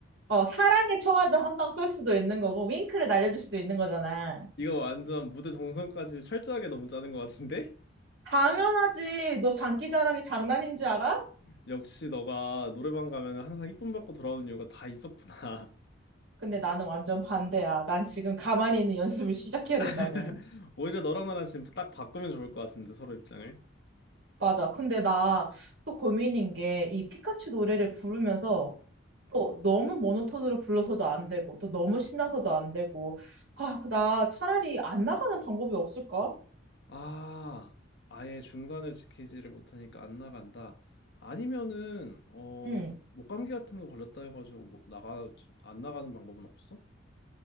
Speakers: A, on the right; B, on the left.
A: 어, 사랑의 총알도 한 방 쏠 수도 있는 거고 윙크를 날려줄 수도 있는 거잖아.
B: 이거 완전 무대 동선까지 철저하게 너무 짜는 것 같은데?
A: 당연하지. 너 장기자랑이 장난인 줄 알아?
B: <laughs> 역시 너가 노래방 가면 항상 이쁨 받고 돌아오는 이유가 다 있었구나.
A: 근데 나는 완전 반대야. 난 지금 가만히 있는 연습을 시작해야 된다고.
B: <laughs> 오히려 너랑 나랑 지금 딱 바꾸면 좋을 것 같은데, 서로 입장을.
A: 맞아. 근데 나 또 고민인 게 이 피카츄 노래를 부르면서 또 너무 모노톤으로 불러서도 안 되고 또 너무 신나서도 안 되고 아, 나 차라리 안 나가는 방법이 없을까?
B: 아, 아예 중간을 지키지를 못하니까 안 나간다. 아니면은 어
A: 응.
B: 목감기 같은 거 걸렸다 해가지고 뭐 나가 안 나가는 방법은 없어?